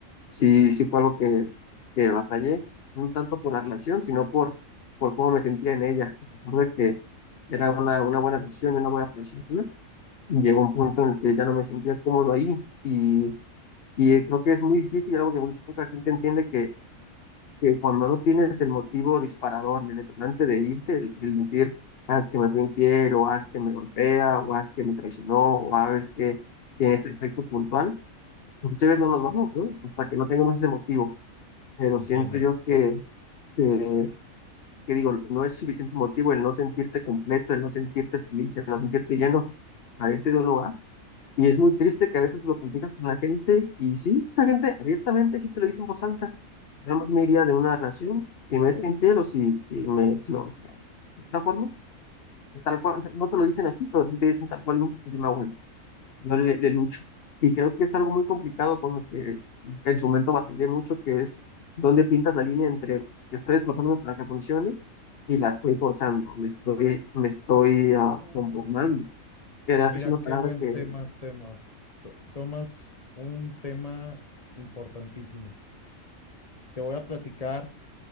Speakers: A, on the left; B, on the left.
A: sí, sí fue algo que, que batallé, no tanto por la relación, sino por, por cómo me sentía en ella, a pesar de que era una, una buena relación, una buena persona, llegó un punto en el que ya no me sentía cómodo ahí y, y creo que es muy difícil, algo que muy poca gente entiende que cuando no tienes el motivo disparador y el detonante de irte, el, el decir, haz que me fue infiel, o haz que me golpea, o haz que me traicionó, o haz que tiene este efecto puntual, muchas veces no nos vamos, ¿no? Hasta que no tengamos ese motivo. Pero
B: Entiendo.
A: siento yo que, que, que digo, no es suficiente motivo el no sentirte completo, el no sentirte feliz, el no sentirte lleno para irte de un lugar. Y es muy triste que a veces lo platicas con la gente y sí, la gente abiertamente sí te lo dice en voz alta. Yo más me iría de una relación si me es infiel o si, si me... Si me golpea. de tal forma, de tal cual, o sea, no te lo dicen así, pero a ti te dicen tal cual, yo me aguanto, yo le, le lucho. Y creo que es algo muy complicado con lo que en su momento batallé mucho, que es dónde pintas la línea entre estoy esforzándome para que funcione y la estoy forzando, me estoy, me estoy ah,
B: Uy,
A: conformando. Era,
B: mira
A: es una palabra
B: qué buen
A: que...
B: tema, temas. To- tomas un tema importantísimo. Te voy a platicar